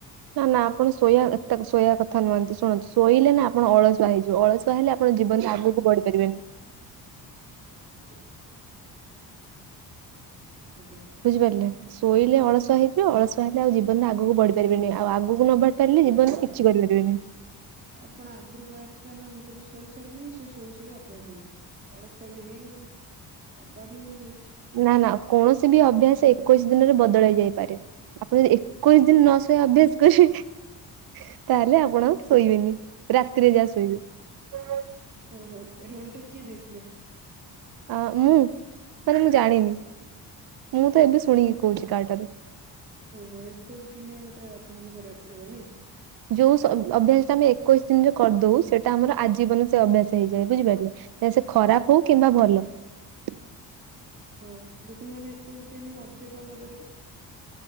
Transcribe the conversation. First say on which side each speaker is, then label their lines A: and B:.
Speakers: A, on the right; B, on the right.
A: ନା ନା ଆପଣ ଶୋଇବା ଏତେ ଶୋଇବା କଥା ନୁହନ୍ତି ଶୁଣନ୍ତୁ ଶୋଇଲେ ନା ଆପଣ ଅଳସୁଆ ହେଇଯିବ ଅଳସୁଆ ହେଲେ ଆପଣ ଜୀବନରେ ଆଗକୁ ବଢି ପାରିବେନି ।
B: ହ <unintelligible> ଆଜ୍ଞା।
A: ବୁଝିପାରିଲେ ଶୋଇଲେ ଅଳସୁଆ ହେଇିବ ଅଳସୁଆ ହେଲେ ଆଉ ଜୀବନରେ ଆଗକୁ ବଢି ପାରିବିନି ଆଉ ଆଗକୁ ନବାଢ ପାରିଲେ ଜୀବନ କିଛି କରିପାରିବେନି ।
B: ଆପଣ <inaudible> ଥିଲା ନା ମୁଁ ତେବେ ଶୋଇ ସାରିଲିଣି ସେ ଶୋଇ ଶୋଇ ଅଭ୍ୟାସ ହେଇଗଲାଣି ଅଳସଆ ବି ହେଇଗଲିଣି । ଆଉ କରିହବନି। କିଛି।
A: ନା ନା କୌଣସି ବି ଅଭ୍ୟାସ ଏକୋଇଶି ଦିନରେ ବ ବଦଳି ଯାଇପାରେ ଆପଣ ଯଦି ଏକୋଇଶ ଦିନ ନ ଶୋଇ ଅଭ୍ୟାସ କରିବେ ତାହେଲେ ଆପଣ ଆଉ ଶୋଇବେନି ରାତିରେ ଯାହା ଶୋଇବେ ।
B: ଓହୋ ରୋଲ ଟା କିଏ ଦେଇଥିଲେ?
A: ଆ ମୁଁ ମାନେ ମୁଁ ଜାଣିନି ମୁଁ ତ ଏବେ ଶୁଣିକି କହୁଛି କାହାଠାରୁ ।
B: ଓହୋ ଏକୋଇଶି ଦିନିଆ ଗୋଟେ ଅଭ୍ୟାସ କରିବାକୁ ପଡିବ ନାଇଁ?
A: ଯୋଉ ଅଭ୍ୟାସ ଟା ଆମେ ଏକୋଇଶ ଦିନରେ କରିଦଉ ସେଇଟା ଆମର ଆଜୀବନ ସେ ଅଭ୍ୟାସ ହେଇଯାଏ ବୁଝିପାରିଲେ ଖରାପ ହଉ କିମ୍ବା ଭଲ ।
B: ହ ଯେ ତୁମେ ମାନେ ଏକୋଇଶି ଦିନ ମଦ୍ୟପାନ କରିବେ?